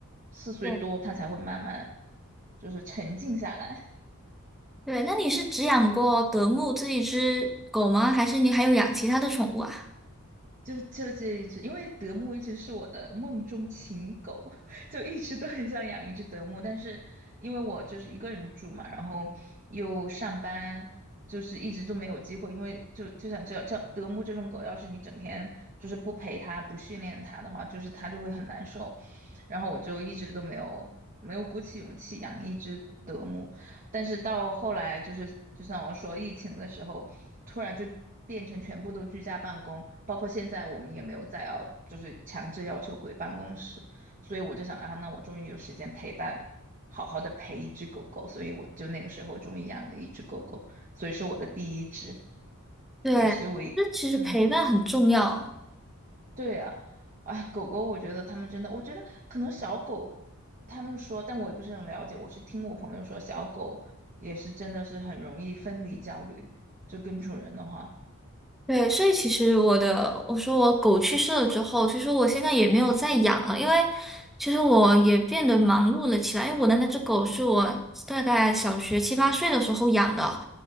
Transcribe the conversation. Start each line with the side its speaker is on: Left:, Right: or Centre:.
Right: 四岁多，
Centre: 对，
Right: 它才会慢慢就是沉静下来。
Centre: 对，那你是只养过德牧这一只狗吗？还是你还有养其他的宠物啊？
Right: 就就这一只，因为德牧一直是我的梦中情狗，<laughs> 就一直都很想养一只德牧，但是因为我就是一个人住嘛，然后又上班，就是一直就没有机会，因为就就想知道，叫德牧这种狗，要是你整天就是不陪它、不训练它的话，就是它就会很难受，然后我就一直都没有没有鼓起勇气养一只德牧。但是到后来就是，就像我说，疫情的时候，突然就变成全部都居家办公，包括现在我们也没有再要，就是强制要求回办公室，所以我就想啊，那我终于有时间陪伴，好好的陪一只狗狗，所以我就那个时候终于养了一只狗狗，所以是我的第一只，
Centre: 对，
Right: 也是唯，一，
Centre: 那其实陪伴很重要。
Right: 嗯。对啊，哎，狗狗，我觉得他们真的，我觉得可能小狗，他们说，但我也不是很了解，我是听我朋友说，小狗也是真的是很容易分离焦虑，就跟主人的话，
Centre: 对，所以其实我的，我说我狗去世了之后，其实我现在也没有再养了，因为其实我也变得忙碌了起来。因为我的那只狗是我大概小学七八岁的时候养的，